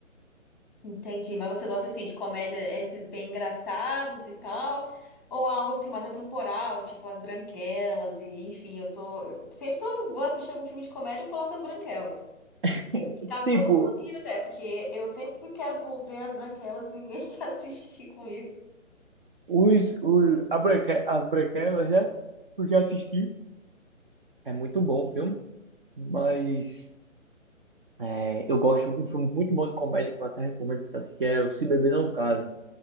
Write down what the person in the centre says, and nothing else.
Entendi. Mas você gosta assim de comédia, esses bem engraçados e tal? Ou algo assim mais atemporal, tipo As Branquelas e enfim, eu sou. eu- sempre que eu vou assistir algum filme de comédia, eu coloco As Branquelas.
Em casa
todo mundo pira até, porque eu sempre quero ver as branquelas e ninguém <laughs> quer assistir comigo.